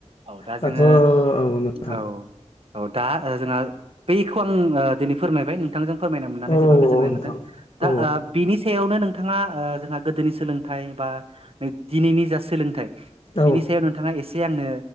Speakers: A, on the right (about 55°); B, on the left (about 50°).
A: औ दा
B: दाथ'
A: जोङो
B: औ नोंथां
A: औ औ दा जोंहा बैखौ आं दिनै फोरमायबाय नोंथांजों फोरमायनो मोननानै
B: औ औ
A: जोबोर गोजोननाय
B: औ नोंथां
A: मोनदों
B: औ
A: दा ओ बिनि सायावनो नोंथाङा ओ जोंहा गोदोनि सोलोंथाइ बा दिनैनि जा सोलोंथाइ
B: औ
A: बेनि सायाव नोंथाङा एसे आंनो